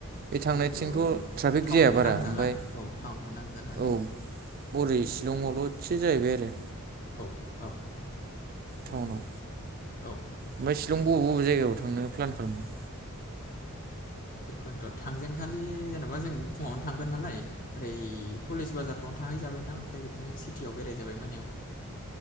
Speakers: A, on the right (about 40°); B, on the left (about 35°).
A: बे
B: थेवबोथ'
A: थांनायथिंथ ट्राफिक
B: टाउनखौ
A: जाया बारा
B: नांजाला
A: ओमफ्राय
B: औ टाउनखौ नांजालाना
A: औ हरै शिलंआवल एसे जाहैबाय आरो
B: औ औ
A: थाउनाव
B: औ
A: ओमफ्राय शिलं बबे बबे जायगायाव थांनो प्लान खालामदों?
B: बेखोनोथ थांजेनखालि जेनबा जों फुङावनो थांगोन नालाय ओरै पलिस बाजारफ्रावनो थांहैजाबायनोदां ओमफ्राय बिदिनो सिटियाव बेरायजाबाय मोनायाव।